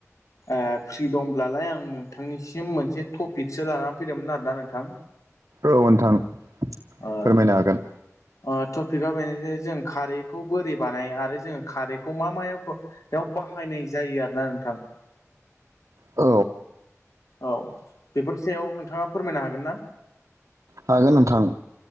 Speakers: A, on the left; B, on the right.
A: ओ फ्रि दंब्लालाय आं नोंथांनिसिम मोनसे टपिकसो लाना फैदोंमोन आरोना नोंथां।
B: औ नोंथां
A: ओ
B: फोरमायनो हागोन
A: ओ टपिकआ बेनो जे जों खारै खौ बोरै बानायो आरो जोङो खारैखौ मा मायाव बाहायनाय जायो आरोना नोंथां?
B: औ
A: औ बेफोरनि सायाव नोंथाङा फोरमायनो हागोन ना
B: हागोन नोंथां।